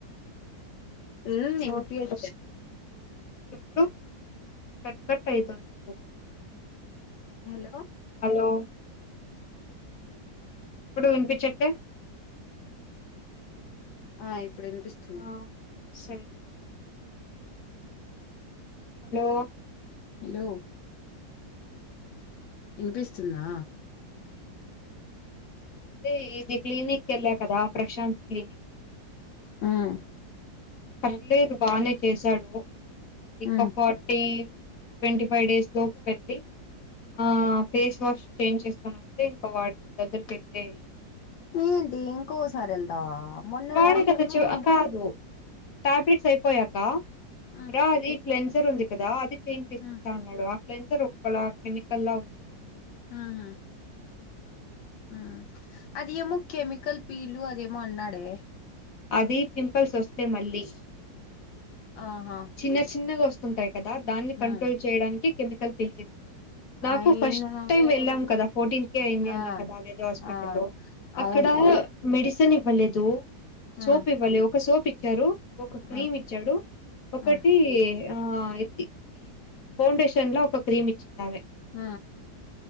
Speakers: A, on the left (about 90°); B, on the left (about 55°).
A: <unintelligible>
B: ఇప్పుడు కట్ కట్ అయితుంది ఎందుకు
A: హలో
B: హలో ఇప్పుడు వినిపించట్లే
A: ఆ ఇప్పుడు వినిపిస్తుంది
B: ఆ సరే చెప్పు. హలో
A: హలో
B: హ
A: వినిపిస్తుందా
B: అదే ఇది క్లీనిక్ కి ఎల్లా కదా ప్రశాంత్ క్లినిక్
A: హ్మ్
B: పర్లేదు బానే చేశాడు ఇంకా
A: ఉమ్
B: ఫార్టీ ట్వంటీ ఫైవ్ డేస్ లోపు వెళ్ళి ఆ ఫేస్ వాష్ చేంజ్ చేసుకొని వస్తే ఇంకా వాడి దగ్గరికేళ్ళి
A: ఏంటి ఇంకోసారి వెళ్తావా మొన్నే
B: వాడేకద
A: లాస్ట్ అన్నావ్
B: చ్ కాదు టాబ్లిట్స్ అయిపోయాక
A: మ్
B: రా అది క్లెన్సర్ ఉంది కదా అది చేంజ్ చేసి
A: మ్
B: ఇస్తా ఉన్నాడు ఆ క్ెన్సర్ ఒక్క కెమికల్ లా ఉంది కొంచెం
A: ఆహా మ్ అది ఏమో కెమికల్ పీలు అదేమో అన్నాడే
B: అది పింపుల్స్ వస్తే మళ్ళీ
A: ఆహా
B: చిన్న చిన్నగా వస్తుంటాయి కదా దాన్ని
A: మ్
B: కంట్రోల్ చేయడానికి కెమికల్ పేల్చిస్తారు నాకు
A: అయినా
B: ఫస్ట్ టైమ్ వెళ్ళాం కదా ఫోర్టీన్ కే అయిందన్న
A: ఆ
B: కదా వేరే హాస్పిటల్లో
A: ఆ
B: అక్కడ్
A: అవునులే
B: డ మెడిసిన్ ఇవ్వలేదు
A: మ్
B: సోప్ ఇవ్వలే ఒక సోప్ ఇచ్చారు ఒక క్రీమ్
A: మ్
B: ఇచ్చాడు ఒకటి
A: మ్
B: ఆ ఇ ఫౌండేషన్ ల ఒక క్రీమ్ ఇచ్చింది ఆమె
A: ఆ